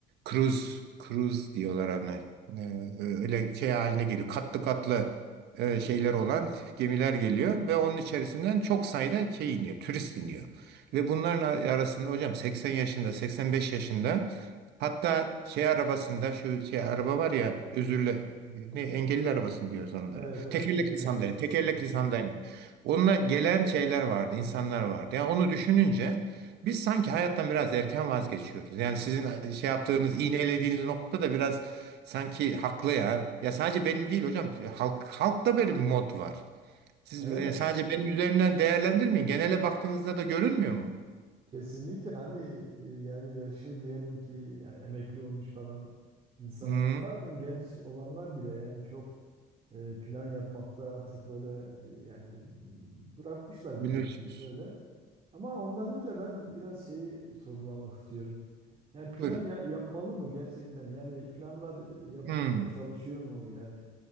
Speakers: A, on the right; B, on the right.
A: Cruise, cruise diyorlar ona. Ee, öyle şey haline geliyor. Katlı katlı e, şeyler olan gemiler geliyor ve onun içerisinden çok sayıda şey iniyor. Turist iniyor. Ve bunlarla arasında hocam 80 yaşında, 85 yaşında hatta şey arabasında şu şey araba var ya özürle ne engelli arabası mı diyoruz onlara.
B: Evet evet
A: Tekerlekli
B: engelli
A: sandalye,
B: arabası.
A: tekerlekli sandalye. Onunla gelen şeyler vardı, insanlar vardı. Yani onu düşününce biz sanki hayattan biraz erken vazgeçiyoruz. Yani sizin şey yaptığınız, iğnelediğiniz nokta da biraz sanki haklı ya. Ya sadece benim değil hocam. Halk, halkta böyle bir mod var. Siz
B: Evet
A: e, sadece benim üzerinden değerlendirmeyin. Genele baktığınızda da görünmüyor mu?
B: kesinlikle hani e, yani yaşı diyelim ki yani emekli olmuş falan insanlar
A: Hmm,
B: bırakın genç olanlar bile yani çok e, plan yapmakta artık böyle e, yani bırakmışlar gibi
A: bilmiyorsunuz.
B: yani böyle. Ama ondan önce ben biraz şeyi sorgulamak istiyorum. Yani plan
A: Buyurun.
B: ya- yapmalı mı gerçekten? Yani planlar e, yapılınca
A: Hmm,
B: çalışıyor mu yani?